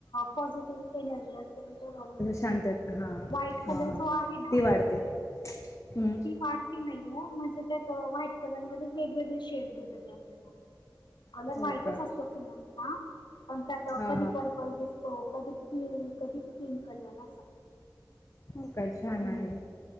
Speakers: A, on the left (about 75°); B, on the left (about 40°).
A: पॉझिटिव्ह एनर्जी असते. त्याच्यावर अवलंबून
B: शांत
A: असतो
B: हा
A: व्हाईट
B: हा
A: कलर
B: हा
A: जो आहे
B: ती वाढते हम्.
A: काढती नाही हो म्हणजे त्यात व्हाईट कलर म वेगवेगळे शेड देत ते आपल्याला. कलर
B: हो
A: व्हाईटच
B: का
A: असतो फुलांचा पण त्यात
B: हा
A: कधी
B: हा
A: पर्पल दिसतो कधी ब्ल्यू कधी पिंक कलर असत.
B: हो का छान आहे.